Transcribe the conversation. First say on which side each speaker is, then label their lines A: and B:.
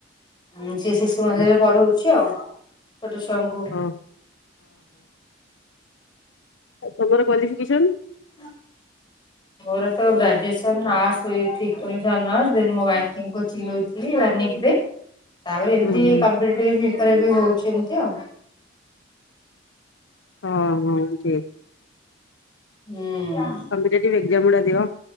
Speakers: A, on the left (about 25°); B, on the left (about 75°).
A: ମୁଁ ସେ ଶିଶୁ ମନ୍ଦିରରେ
B: ଓ
A: ପଢହଉଚି ଆଉ। ଛୋଟ ଛୁଆଙ୍କୁ।
B: ହଁ ଆଉ ତମର କ୍ଵାଲିଫିକେସନ୍?
A: <inaudible> ମୋର ତ ଗ୍ରାଜୁଏସନ ଆର୍ସ ଏଠି <unintelligible> ଅନର୍ସ ଦେନ୍ ମୁଁ ବ୍ୟଙ୍କିଙ୍ଗ କୋଚିଂଙ୍ଗି ନୋଉଥିଲି <unintelligible> ତାପରେ
B: ହୁଁ ହୁଁ
A: ଏମିତି <unintelligible> ହଉଚି ଏମତି ଆଉ।
B: ହଁ ହଁ ଠିକ୍।
A: ହୁଁ।
B: କମ୍ପିଡେଟିପ୍ ଏକ୍ଜାମ ଗୁଡା ଦିଅ